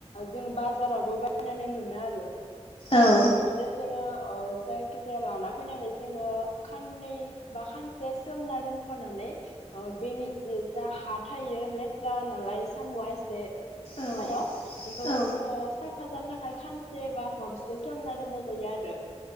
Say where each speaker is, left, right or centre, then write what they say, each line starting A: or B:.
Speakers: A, on the left (about 75°); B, on the left (about 60°).
A: जों बाजारावबो बायनानै मोनो आरो साम'खौ
B: औ
A: बिदिनो जोङो जायखि जाया लाना फैनानै जोङो खाननै बा खानसे सोमना दोनथ'नानै अ बेनि जि जा हा थायो लेथ्रा नालाय साम'आ एसे
B: औ
A: सायाव बेखौ
B: औ
A: जोङो सा‌ फाजानो थाखाय खानसे बा हरसे सोमना दोननाय जायो आरो।